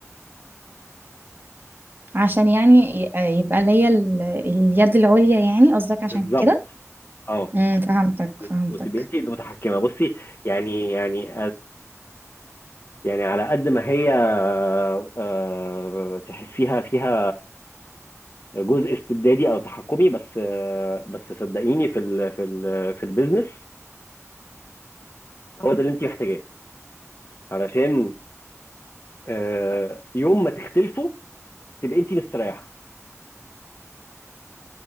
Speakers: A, on the right (about 40°); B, on the left (about 45°).
A: عشان يعني ي- يبقى ليا ال... اليد العليا يعني قصدك
B: بالظبط
A: عشان كده
B: اه
A: امم فهمتك
B: وت-
A: فهمتك
B: وتبقي انت المتحكمه بصي يعني يعني يعني على قد ما هي آه، تحسيها فيها جزء استبدادي او تحكمي بس آه، بس صدقيني في ال في ال في البيزنس هو ده اللي انت محتاجاه علشان آه، يوم ما تختلفوا تبقى انت مستريحه